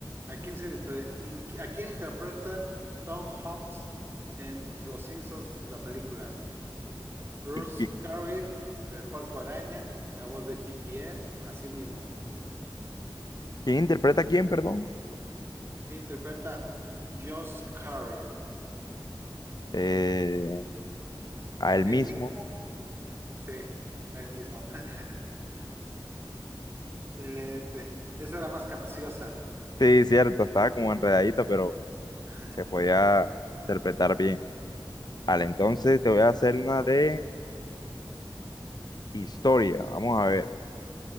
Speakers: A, on the right; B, on the left.
A: ¿a quién, se impre- in- a quién interpreta Tom Holmes en Los Simpsons, la película? Russ
B: ¿Y qui-
A: Carrier, del Parco Araña, la voz de GPS, así mismo.
B: quién interpreta a quién, perdón?
A: ¿Quién interpreta Josh Carrier?
B: Eh, a él
A: El
B: mismo.
A: mismo, sí, el mismo. <laughs> Excelente. Esa era más capciosa.
B: Sí, cierto, estaba como enredadita, pero
A: <laughs>
B: se podía interpretar bien. Vale, entonces te voy a hacer una de historia. Vamos a ver.